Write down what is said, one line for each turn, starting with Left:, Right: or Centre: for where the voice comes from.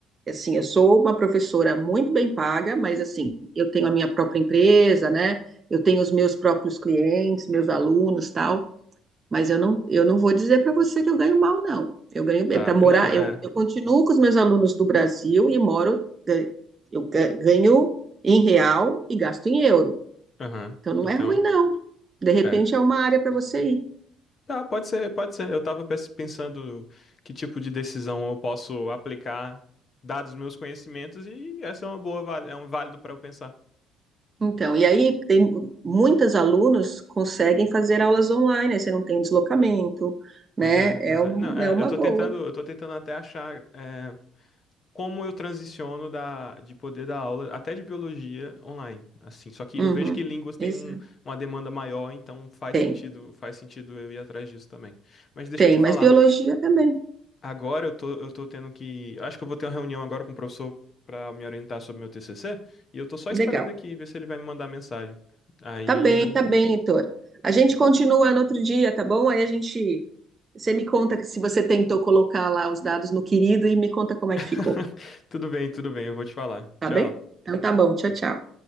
Right: assim, eu sou uma professora muito bem paga, mas assim, eu tenho a minha própria empresa, né? Eu tenho os meus próprios clientes, meus alunos, tal. Mas eu não, eu não vou dizer para você que eu ganho mal, não. Eu ganho bem.
Left: Tá.
Right: Para morar,
Left: Não, é.
Right: eu, eu continuo com os meus alunos do Brasil e moro, ga- eu ga- ganho em real e gasto em euro.
Left: Aham.
Right: Então não
Left: Então,
Right: é ruim, não. De repente
Left: é.
Right: é uma área para você ir.
Left: Tá, pode ser, pode ser. Eu tava pes- pensando que tipo de decisão eu posso aplicar, dados meus conhecimentos, e essa é uma boa, vál- é um válido para eu pensar.
Right: Então, e aí tem muitas alunos conseguem fazer aulas online, aí você não tem deslocamento,
Left: Pois
Right: né?
Left: é,
Right: É,
Left: pois é.
Right: um,
Left: Não, é,
Right: é uma
Left: eu tô
Right: boa.
Left: tentando, eu tô tentando até achar é, como eu transiciono da, de poder dar aula, até de biologia online, assim. Só que
Right: Uhum.
Left: eu vejo que línguas têm
Right: Exato.
Left: um- uma demanda maior, então faz
Right: Tem,
Left: sentido, faz sentido eu ir atrás disso também. Mas deixa
Right: tem,
Left: eu te
Right: mas
Left: falar.
Right: biologia também.
Left: Agora eu tô, eu tô tendo que. eu Acho que eu vou ter uma reunião agora com o professor pra me orientar sobre meu TCC. E eu tô só
Right: Legal.
Left: esperando aqui ver se ele vai me mandar mensagem. Aí.
Right: Tá bem, tá bem, Heitor. A gente continua no outro dia, tá bom? Aí a gente. Você me conta que se você tentou colocar lá os dados no querido e me conta como é
Left: <laughs>
Right: que ficou,
Left: Tudo bem, tudo bem, eu vou te falar.
Right: tá
Left: Tchau.
Right: bem? Então tá bom, tchau, tchau.